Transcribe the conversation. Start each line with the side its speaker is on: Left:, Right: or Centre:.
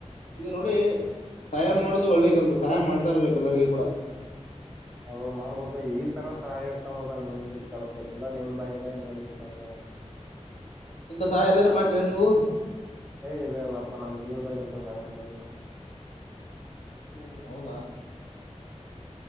Left: ಈಗ ನೋಡಿ
Centre: ಹಾ
Left: ಸಹಾಯ ಮಾಡೋುದು ಒಳ್ಳೆ ಕೆಲ್ಸ ಸಹಾಯ ಮಾಡ್ತಾ ಇರ್ಬೇಕ ಎಲ್ಲರಿಗ ಕೂಡ
Centre: ಹ ಮಾಡ್ಬೇಕು ಈ ತರ ಸಹಾಯ ಇರ್ತ ನಿನ್ ಕಲ್ಪಟ್ಟಿಲ್ಲ ನಿನ್ ಬಾಯಿಂದಮ್ಮ ಮೊದ ಇ ಕೇಳ್ತು
Left: ಇಂಥ ಸಹಾಯ ಎಲ್ಲಾದ್ರೂ ಮಾಡಿರನ್ ನೀವು
Centre: ಏ್ ಇಲ್ಲ ಇಲ್ಲ ಅಪ್ಪ ನಮ್ ಜೀವನದಲ್ಲಿ ಎಂತ ಸಹಾಯ ಮಾಡ
Left: ಹ್ಮ ಹೌದಾ